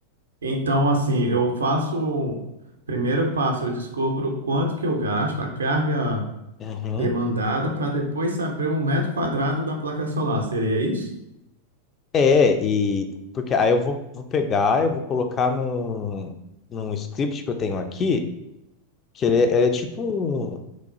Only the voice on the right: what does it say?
então assim, eu faço o primeiro passo, eu descubro quanto que eu gasto, a carga
demandada, para depois saber o metro quadrado da placa solar. Seria isso?